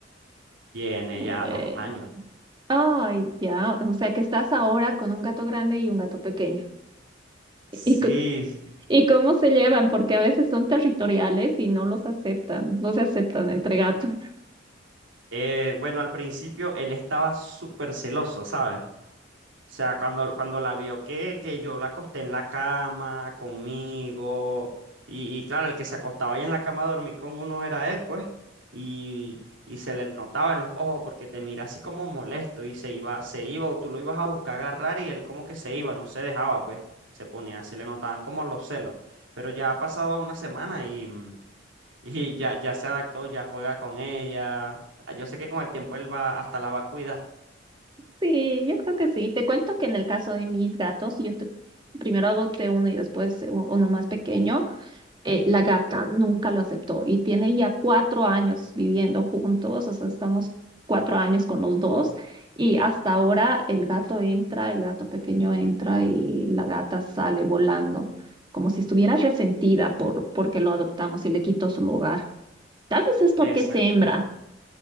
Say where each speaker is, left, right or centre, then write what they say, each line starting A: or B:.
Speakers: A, on the right (about 80°); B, on the right (about 25°).
A: Tiene ya
B: Eh,
A: dos años.
B: Ay, ya, o sea que estás ahora con un gato grande y un gato pequeño. ¿Y,
A: Sí,
B: co- y cómo se llevan? Porque a veces son territoriales y no los aceptan, no se aceptan entre gatos.
A: eh, bueno, al principio él estaba súper celoso, ¿sabes? O sea, cuando, cuando la vio que, que yo la acosté en la cama conmigo, y, y claro, el que se acostaba ahí en la cama a dormir con uno era él, pues, y, y se le notaba en los ojos porque te mira así como molesto y se iba, se iba o tú lo ibas a buscar agarrar y él como que se iba, no se dejaba, pues, se ponía, se le notaban como los celos. Pero ya ha pasado una semana y mm, Y ya, ya se adaptó, ya juega con ella. Ah, Yo sé que con el tiempo él va hasta la va a cuidar.
B: Sí, yo creo que sí. Te cuento que en el caso de mis gatos, yo te- primero adopté uno y después u- uno más pequeño. eh, la gata nunca lo aceptó y tiene ya cuatro años viviendo juntos, o sea, estamos cuatro años con los dos y hasta ahora el gato entra, el gato pequeño entra y la gata sale volando, como si estuviera resentida por porque lo adoptamos y le quitó su lugar. Tal vez es porque
A: Exacto.
B: es hembra,